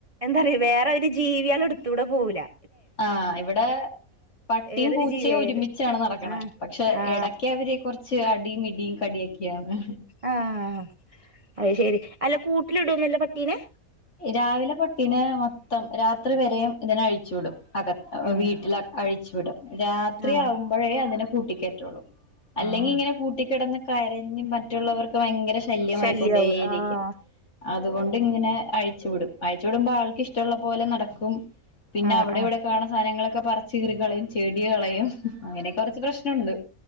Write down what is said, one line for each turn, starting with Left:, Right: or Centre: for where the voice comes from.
Right: എന്താറയാ വേറൊരു ജീ ജീവിയാളെ എടുത്തൂടെ പോകൂലാ
Left: ആഹ് ഇവിടെ പട്ടിയും
Right: ഏതൊരു
Left: പൂച്ചയും
Right: ജീവിയായാലും
Left: ഒരുമിച്ചാണ് നടക്കണെ
Right: ആ
Left: പക്ഷെ
Right: ആ
Left: എടക്ക് അവര് കൊറച്ച് അടിയും ഇടിയും കടിയൊ ക്ക്യാണ്.
Right: ആഹ് അത് ശെരി അല്ല കൂട്ടിലിടോന്നുവില്ല പട്ടീനെ
Left: രാവിലെ പട്ടീനേ മൊത്തം രാത്രി വരെയും ഇതിനെ അഴിച്ചു വിടും. അകത്
Right: ഉം
Left: വീട്ടില <unintelligible> ച്ചിടും രാത്രിയാവുമ്പഴേ
Right: ആഹ്
Left: അതിനെ കൂട്ടിക്കേറ്റോള്ളു അല്ലെങ്കി
Right: ആഹ്
Left: ഇങ്ങനെ കൂട്ടീക്കിടന്ന് കരഞ്ഞും മറ്റുള്ളവർക്ക് ഭയങ്കര ശല്ല്യമായിക്കൊണ്ടേയിരിക്കും
Right: ശല്യാവും ആഹ്
Left: അതുകൊണ്ട് ഇങ്ങനേ അഴിച്ചു വിടും അഴിച്ചു വിടുമ്പോ ആൾക്ക് ഇഷ്ടോള്ള പോലെ നടക്കും പിന്നെ
Right: ആഹ്
Left: അവിടെ
Right: ആഹ്
Left: ഇവിടെക്ക കാണണ സാധനങ്ങള ക്കെ പറിച്ച് കീറികളയും. ചെടികളയും അങ്ങനെ കൊറച്ച് പ്രശ്നണ്ട്